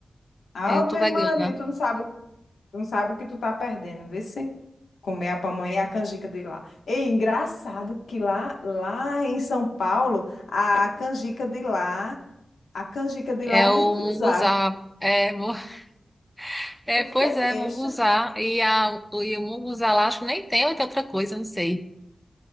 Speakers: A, on the left (about 85°); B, in the centre.
A: Ave
B: Eu tô vegana.
A: Maria, tu não sabe Não sabe o que tu tá perdendo, vê se comer a pamonha e a canjica de lá. E engraçado que lá, lá em São Paulo, a canjica de lá, a canjica de
B: É
A: lá é mungunzá.
B: o munguzá. É, mu- <laughs> é,
A: Eu
B: pois
A: fiquei
B: é,
A: besta.
B: munguzá. E, a, e o munguzá lá, acho que nem tem ou tem outra coisa, não sei.